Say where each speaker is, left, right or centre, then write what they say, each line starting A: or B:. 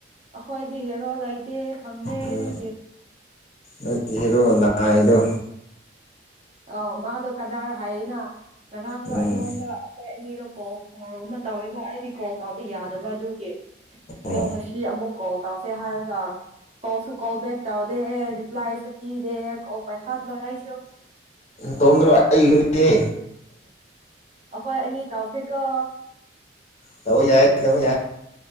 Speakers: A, on the right; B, on the left.
A: ꯑꯈꯣꯏꯗꯤ ꯍꯦ <inaudible> ꯠꯇꯦ ꯈꯪꯗꯦ
B: ꯎꯝ
A: ꯑꯗꯨꯒꯤ
B: ꯅꯣꯏꯒꯤ ꯍꯦꯔꯣ ꯅꯥꯏ ꯗꯣ
A: ꯑꯥ ꯃꯥꯗꯣ ꯀꯗꯥꯔ ꯍꯥꯏꯌꯦꯅ ꯉꯔꯥꯡꯗꯣ
B: ꯎꯝ
A: ꯑꯩꯉꯣꯟꯗ ꯑꯩꯈꯣꯏ ꯑꯅꯤꯗꯣ ꯀꯣ ꯍꯣꯡꯔꯒꯨꯝꯕ ꯇꯧꯋꯦꯕ ꯑꯩꯗꯤ ꯇꯥꯎꯕ ꯌꯥꯗꯕ ꯑꯗꯨꯒꯤ ꯑꯗꯣ
B: ꯑꯣ
A: ꯉꯁꯤ ꯑꯃꯨꯛ ꯀꯣꯜ ꯇꯧꯁꯦ ꯍꯥꯏꯔꯒ ꯀꯣꯜꯁꯨ ꯀꯣꯜꯕꯦꯛ ꯇꯧꯗꯦ ꯔꯤꯄ꯭ꯂꯥꯏꯁꯨ ꯄꯤꯗꯦ ꯄꯩ ꯈꯥꯗ ꯂꯣꯏꯥꯏꯁꯤ
B: ꯇꯣꯡꯗ꯭ꯔꯣ ꯑꯩꯒꯤꯁꯨꯅꯦ
A: ꯑꯩꯈꯣꯏ ꯑꯅꯤ ꯇꯧꯁꯤꯀꯣ
B: ꯃ ꯌꯥ ꯌꯥ